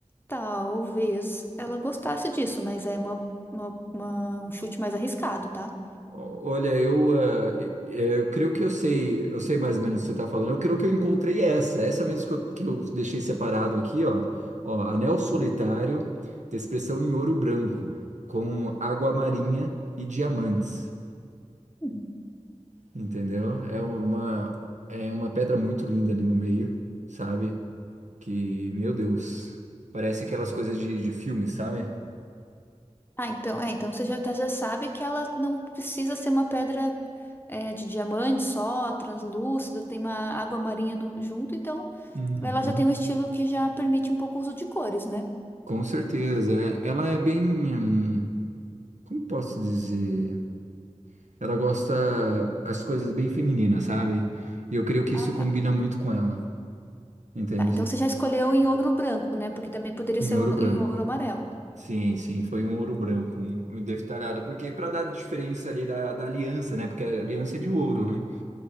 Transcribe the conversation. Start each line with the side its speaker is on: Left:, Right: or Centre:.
Left: talvez ela gostasse disso, mas é uma, uma- uma- um chute mais arriscado, tá?
Right: Olha, eu, ah, e- eu creio que eu sei, eu sei mais ou menos o que você está falando. Eu creio que eu encontrei essa, essa mesmo que eu, que eu deixei separado aqui, ó. Ó, anel solitário, expressão em ouro branco, com água marinha e diamantes,
Left: Hum.
Right: entendeu? É uma, é uma pedra muito linda ali no meio, sabe? Que, meu Deus, parece aquelas coisas de, de filme, sabe?
Left: Ah, então, é, então você já, tá- já sabe que ela não precisa ser uma pedra é, de diamante só, translúcida, tem uma água marinha no- junto, então
Right: Uhum.
Left: ela já tem um estilo que já permite um pouco o uso de cores, né?
Right: Com certeza. é- Ela é bem, hum, como posso dizer? Ela gosta as coisas bem femininas, sabe? E eu creio que
Left: Ah,
Right: isso combina
Left: tá.
Right: muito com ela, entende?
Left: Tá, então você já escolheu em ouro branco, né? Porque também poderia
Right: Em
Left: ser
Right: ouro
Left: ouro-
Right: branco.
Left: em ouro amarelo.
Right: Sim, sim, foi um ouro branco, um um detalhado, porque para dar a diferença ali da, da aliança, né? Porque a aliança é de ouro, né?